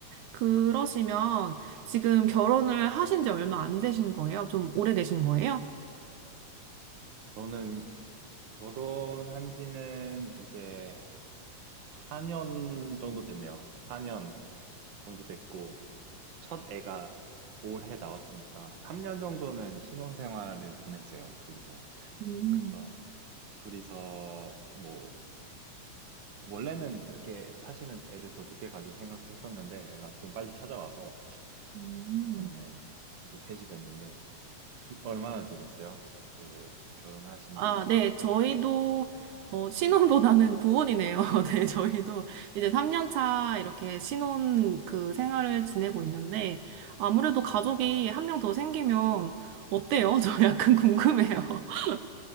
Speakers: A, on the right; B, on the right.
A: 그러시면 지금 결혼을 하신 지 얼마 안 되신 거예요? 좀 오래되신 거예요?
B: 저는 결혼한 지는 이제 4년 정도 됐네요. 4년 정도 됐고, 첫 애가 올해 나왔으니까, 3년 정도는 신혼생활을 보냈어요, 둘이서.
A: 음.
B: 그래서, 둘이서, 뭐, 원래는 이렇게 사실은 애를 더 늦게 가질 생각도 했었는데, 애가 좀 빨리 찾아와서,
A: 음.
B: 저희는 이제 셋이 됐는데, 두- 얼마나 되셨어요? 그, 결혼하신
A: 아,
B: 지?
A: 네, 저희도, 어, 신혼보다는 구혼이네요. <laughs> 네, 저희도 이제 3년 차 이렇게 신혼 그 생활을 지내고 있는데, 아무래도 가족이 한 명 더 생기면 어때요? <laughs> 저 약간 궁금해요. <laughs>